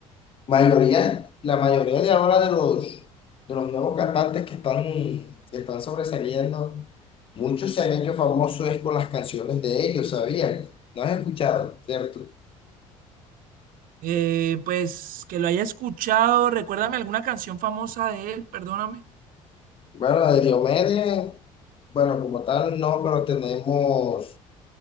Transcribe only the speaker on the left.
mayoría, la mayoría de ahora de los, de los nuevos cantantes que están, que están sobresaliendo, muchos se han hecho famosos es con las canciones de ellos, ¿sabías? ¿No has escuchado, cierto?
Bueno, la de Diomedes, bueno, como tal no, pero tenemos...